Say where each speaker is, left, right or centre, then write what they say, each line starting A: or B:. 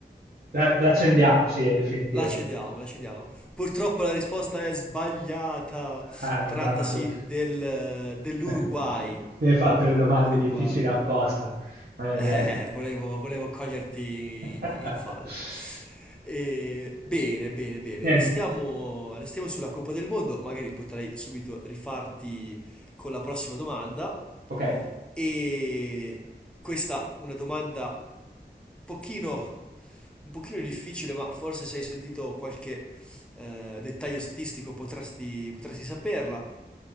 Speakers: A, on the right; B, in the centre.
A: la, l'accendiamo, sì, è definitiva.
B: La cediamo, la cediamo. Purtroppo la risposta è sbagliata.
A: Eh, vabbè,
B: Trattasi
A: ma tu...
B: del, dell'Uruguay.
A: Eh, mi hai fatto le domande
B: Uruguay.
A: difficili apposta, maledetto.
B: Eh, volevo, volevo coglierti
A: <laughs>
B: in fallo. E, bene, bene, bene.
A: Niente,
B: Restiamo, restiamo sulla Coppa del Mondo. Magari potrei subito rifarti con la prossima domanda.
A: ok.
B: E questa è una domanda pochino, un pochino difficile, ma forse se hai sentito qualche eh, dettaglio statistico potresti, potresti saperla.